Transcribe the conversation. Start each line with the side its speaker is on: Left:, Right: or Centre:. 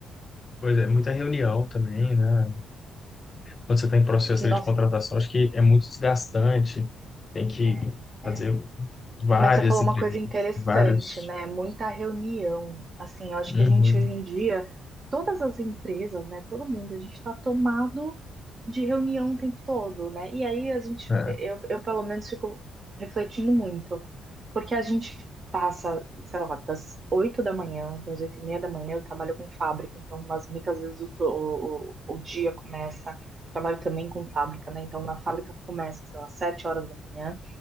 Left: Pois é, muita reunião também, né? Quando você está em processo
Right: Nossa,
Left: ali de contratação, acho que é muito desgastante. Tem que
Right: é,
Left: fazer
Right: é.
Left: várias
Right: Mas você falou
Left: entrevistas,
Right: uma coisa interessante,
Left: vários.
Right: né? Muita reunião. Assim, eu acho
Left: Uhum.
Right: que a gente hoje em dia, todas as empresas, né? Todo mundo, a gente está tomado de reunião o tempo todo, né? E aí a gente,
Left: É.
Right: eu, eu pelo menos fico refletindo muito, porque a gente passa, sei lá, das 8 da manhã, das oito e meia da manhã, eu trabalho com fábrica, então mas muitas vezes o, to- o, o o dia começa, trabalho também com fábrica, né? Então na fábrica começa, sei lá, sete horas da manhã